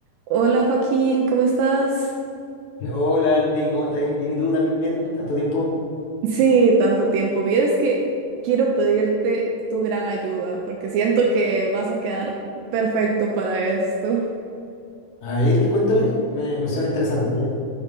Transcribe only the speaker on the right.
Hola Joaquín, ¿cómo estás?
Sí, tanto tiempo. Vieres que quiero pedirte tu gran ayuda porque siento que vas a quedar perfecto para esto.